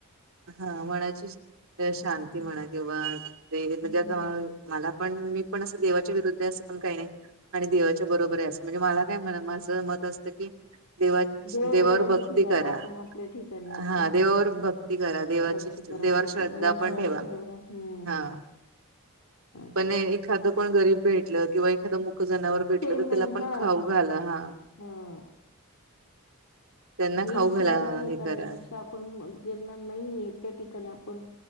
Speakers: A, on the right (about 65°); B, on the left (about 75°).
A: हा मनाची शं ते शांती
B: हम्म
A: म्हणा किंवा ते म्हणजे
B: हम्म.
A: आता मला पण मी पण असं देवाच्या विरुद्ध आहे अस पण काही नाय आणि देवाच्या बरोबर आहे असं म्हणजे मला काय म्हणा माझं मत असतं की देवा च
B: देव
A: देवावर
B: देवाच्या
A: भक्ती
B: ठिकाणी
A: करा
B: आपण आपल्या ठिकाणी असं
A: हा देवावर भक् ती करा देवाची
B: भक्ती करा
A: देवावर
B: फक्त
A: श्रद्धा
B: मनात
A: पण
B: श्रद्धा
A: ठेवा
B: हम्म
A: हा-
B: असं
A: पण एखादं कोण गरीब भेटलं किंवा एखादं मुक जनावर भेटल
B: ते
A: तर
B: मेन
A: त्याला पण
B: हा
A: खाऊ घाला हा
B: हा
A: त्यांना
B: हे
A: खाऊ
B: इथं
A: घाला
B: हे करण्यापेक्षा
A: करा
B: आपण ज्यांना नाहीय त्या ठिकाणी आपण